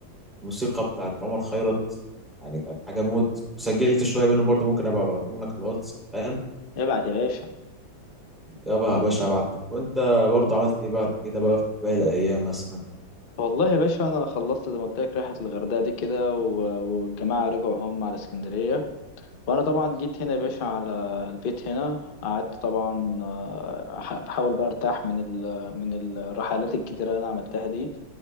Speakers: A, in the centre; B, on the left.
A: الموسيقى بتاعت عمر خيرت يعني كانت حاجة موت وسجلت شوية منهم برضو ممكن أبقى أبعتهم لك على الواتس فاهم
B: ابعت يا باشا
A: يابا يا باشا أبعت لك وأنت برضو عملت إيه بعد كده بقى في باقي الأيام مثلا
B: والله يا باشا انا خلصت زي ما قلت لك رحله الغردقه دي كده و- والجماعه رجعوا هم على اسكندريه وانا طبعا جيت هنا يا باشا على البيت هنا قعدت طبعا آه، أح- بحاول بقى ارتاح من ال من الرحلات الكتيره اللي انا عملتها دي